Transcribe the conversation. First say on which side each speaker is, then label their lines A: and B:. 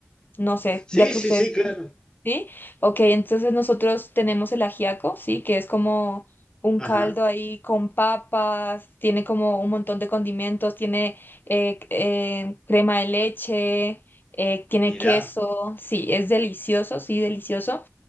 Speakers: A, on the left (about 45°); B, on the left (about 15°).
A: no sé,
B: Sí,
A: ya que
B: sí,
A: ustedes,
B: sí, claro.
A: ¿sí? Ok, entonces nosotros tenemos el ajiaco, ¿sí? Que es como un
B: Ajá,
A: caldo ahí con papas, tiene como un montón de condimentos, tiene eh, eh, crema de leche, eh, tiene
B: mirá.
A: queso, sí, es delicioso, sí, delicioso.